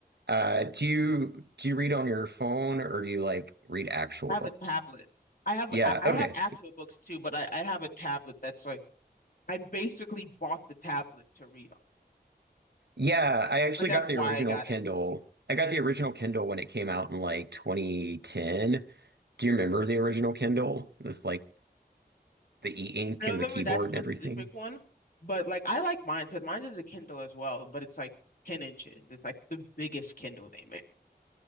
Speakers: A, on the right; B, on the left.
A: uh, do you do you read on your phone or do you like read actual
B: I
A: books?
B: have a tablet. I have
A: Yeah,
B: I I
A: okay.
B: have actual books too, but I, I have a tablet that's like I basically bought the tablet to read on.
A: Yeah, I actually
B: Like that's
A: got
B: why
A: the original
B: I got
A: Kindle.
B: it.
A: I got the original Kindle when it came out in like 2010. Do you remember the original Kindle with like the e-ink
B: I don't
A: and
B: remember
A: the keyboard
B: that
A: and
B: specific
A: everything?
B: one, but like I like mine because mine is a Kindle as well, but it's like 10 inches. It's like the biggest Kindle they make.